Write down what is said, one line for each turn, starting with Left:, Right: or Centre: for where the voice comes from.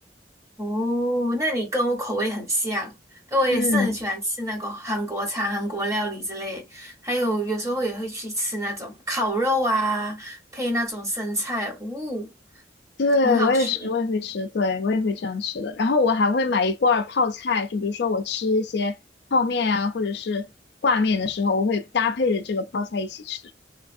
Right: 哦，那你跟我口味很像，因为我也是很喜欢吃那个韩国餐、
Left: 嗯。
Right: 韩国料理之类，还有有时候也会去吃那种烤肉啊，配那种生菜，呜、
Left: 对，
Right: 很好吃。
Left: 我也是，我也会吃，对，我也会这样吃的。然后我还会买一罐儿泡菜，就比如说我吃一些泡面啊，或者是挂面的时候，我会搭配着这个泡菜一起吃。